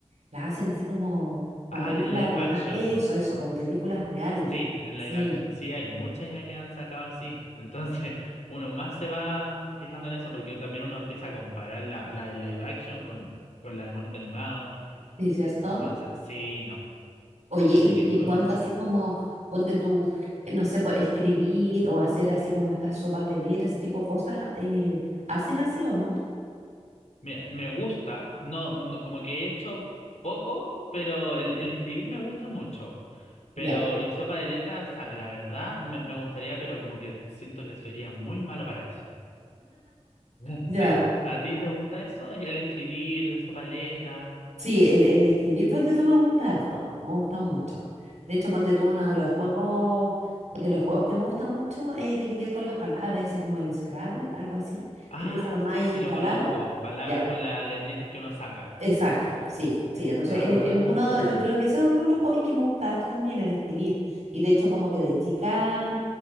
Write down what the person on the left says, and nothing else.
Ah,
en live
action.
Sí, en
live action. Sí, hay muchas ya que han sacado así. Entonces, <laughs> uno más se va fijando en eso, porque también uno empieza a comparar la, la de live action con, con la de monito animado.
Entonces, sí, no.
Así
que
muy
buen hobby.
Mira, me gusta, no, no, como que he hecho poco, pero el, el escribir me gusta mucho. Pero
y sopa de letras, sa- la verdad, me, me gustaría, pero como que siento que sería muy malo para eso. <laughs>
Sí, ¿a ti te gusta eso? El escribir, sopa de letras.
Ah,
sí, sí, lo
conozco. Palabras
con las letritas que uno saca.
Ah,